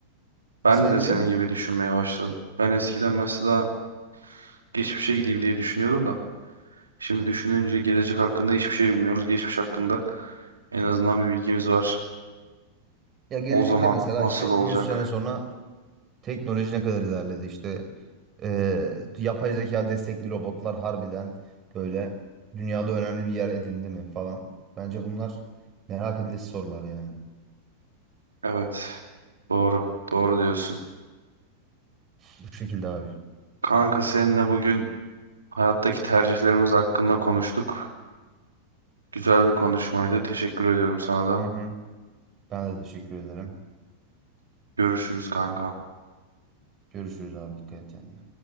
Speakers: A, on the right; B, on the right.
A: Ben
B: Sence?
A: de senin gibi düşünmeye başladım. Ben eskiden mesela geçmişe gideyim diye düşünüyordum da. Şimdi düşününce gelecek hakkında hiçbir şey bilmiyoruz. Geçmiş hakkında en azından bir bilgimiz var.
B: Ya gelecekte
A: O zaman
B: mesela
A: nasıl
B: işte
A: olacak?
B: 100 sene sonra teknoloji ne kadar ilerledi? İşte eee, yapay zeka destekli robotlar harbiden böyle dünyada önemli bir yer edindi mi falan. Bence bunlar merak edilesi sorular yani.
A: Evet. Doğru. Doğru diyorsun.
B: Bu şekilde abi.
A: Kanka seninle bugün hayattaki tercihlerimiz hakkında konuştuk. Güzel bir konuşmaydı. Teşekkür ediyorum sana da.
B: Hı hı. Ben de teşekkür ederim.
A: Görüşürüz kanka.
B: Görüşürüz abi dikkat et kendine.